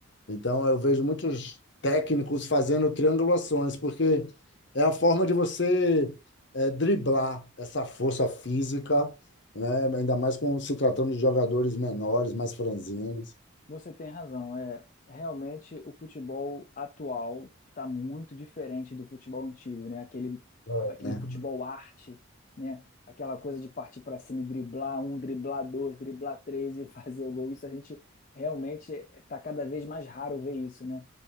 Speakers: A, on the left; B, on the left.
A: Então, eu vejo muitos técnicos fazendo triangulações, porque é a forma de você eh, driblar essa força física, né? Ainda mais com se tratando de jogadores menores, mais franzinos.
B: Você tem razão. É, realmente o futebol atual está muito diferente do futebol antigo, né? Aquele,
A: É.
B: aquele
A: né?
B: futebol arte, né? Aquela coisa de partir para cima e driblar um, driblar dois, driblar três e <laughs> fazer o gol. Isso a gente realmente está cada vez mais raro ver isso, né?